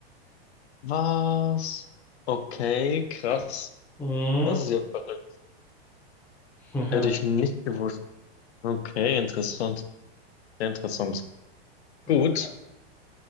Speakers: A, on the left; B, in the centre.
A: Was? Okay, krass.
B: Mhm.
A: Das ist ja verrückt.
B: <laughs>
A: Hätte ich nicht gewusst. Okay, interessant. Sehr interessant.
B: Ja,
A: Gut,